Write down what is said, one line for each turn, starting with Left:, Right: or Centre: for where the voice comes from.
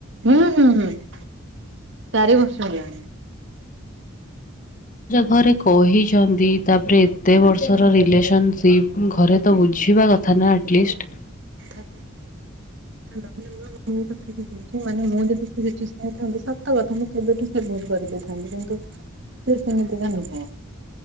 Right: ହୁଁ ହୁଁ ହୁଁ ଚାରି ବର୍ଷ ହେଲାଣି।
Left: ଘରେ କହିଛନ୍ତି ତାପରେ ଏତେ ବର୍ଷର ରିଲେସନସିପ ଘରେ ତ ବୁଝିବା କ ଥାନା ଆଟଲିଷ୍ଟ୍।
Right: <unintelligible> ମୁଁ ଥାନ୍ତି ସତ କଥା ମୁଁ କେବେଠୁ ସେ ଭୁଲୁ କରିଦେଇଥାନ୍ତି କିନ୍ତୁ ସେ ସେମିତି କା ନୁହେଁ।